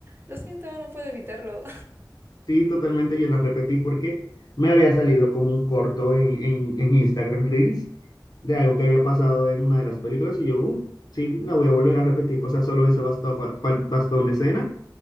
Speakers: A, on the right; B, on the left.
A: lo siento, no puedo evitarlo.
B: sí, totalmente yo la repetí porque me había salido como un corto en, en, en Instagram Reels de algo que había pasado en una de las películas y yo, uff, sí, la voy a volver a repetir. O sea, solo eso bastó, fa- fal- bastó una escena